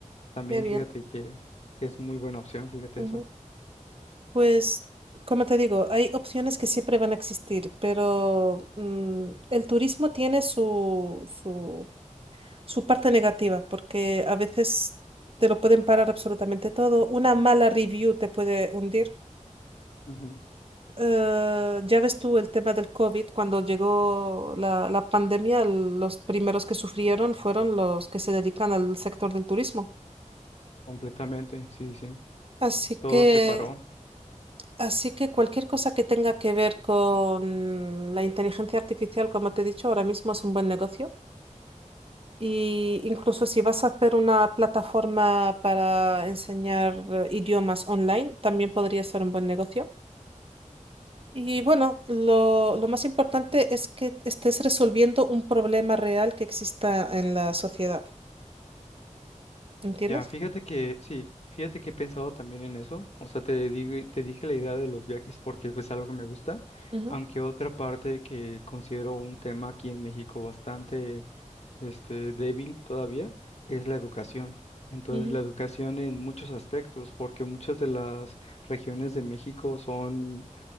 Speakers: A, on the left; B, on the right.
A: También
B: qué bien.
A: fíjate que es muy buena opción, fíjate
B: Ujú.
A: eso.
B: Pues, como te digo, hay opciones que siempre van a existir, pero mm, el turismo tiene su, su, su parte negativa, porque a veces te lo pueden parar absolutamente todo. Una mala review te puede hundir.
A: Ujú,
B: Eh, ya ves tú el tema del COVID, cuando llegó la, la pandemia, los primeros que sufrieron fueron los que se dedican al sector del turismo.
A: Completamente, sí, sí. sí.
B: Así
A: Todo
B: que
A: se paró.
B: Así que cualquier cosa que tenga que ver con la inteligencia artificial, como te he dicho, ahora mismo es un buen negocio. Y incluso si vas a hacer una plataforma para enseñar eh, idiomas online, también podría ser un buen negocio. Y bueno, lo, lo más importante es que estés resolviendo un problema real que exista en la sociedad. ¿Entiendes?
A: Ya, fíjate que sí, fíjate que he pensado también en eso. O sea, te digo, te dije la idea de los viajes porque es algo que me gusta,
B: Ujú,
A: aunque otra parte que considero un tema aquí en México bastante este débil todavía es la educación. Entonces,
B: ujú,
A: la educación en muchos aspectos, porque muchas de las regiones de México son